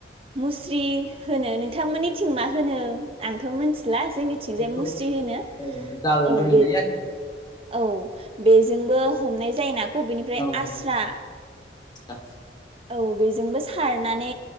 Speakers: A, on the right; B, on the left.
A: मुस्रि होनो नोंथांमोनिथिं मा होनो आंथ' मिथिला जोंनि थिंजाय
B: बेखौ
A: मुस्रि होनो
B: औ जालबो
A: औ
B: होनजायो
A: बे औ बेजोंबो हमनाय जायोनाखौबेनिफ्राय
B: आरो
A: आस्रा
B: औ
A: औ बेजोंबो सारनानै